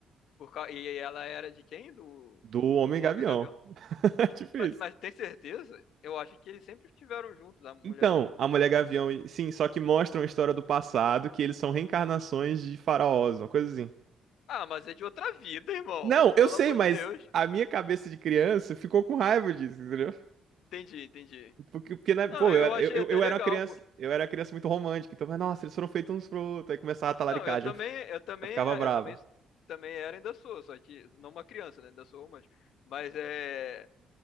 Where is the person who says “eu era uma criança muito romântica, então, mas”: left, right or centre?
Right